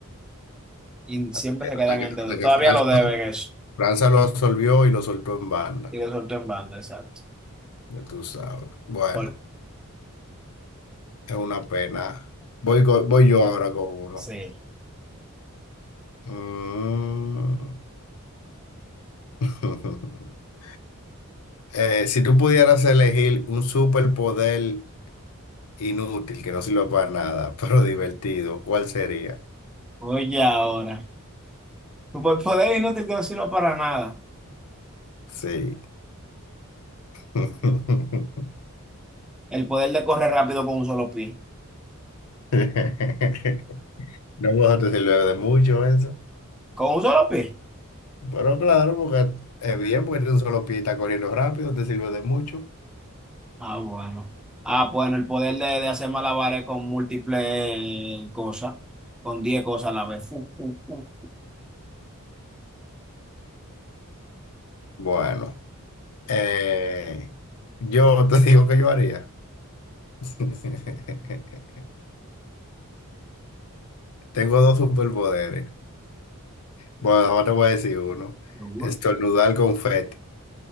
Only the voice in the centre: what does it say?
y siempre
se quedan
en
deuda. Todavía
lo deben eso.
Y lo soltó en banda, exacto.
Por-
sí.
Oye, ahora, tu poder inútil que no sirve para nada.
El poder de correr rápido con un solo pie.
¿Con un solo pie?
Ah, bueno. Ah, bueno, el poder de, de hacer malabares con múltiples eh, cosas, con 10 cosas a la vez. Fu, fu, fu.
Seguro.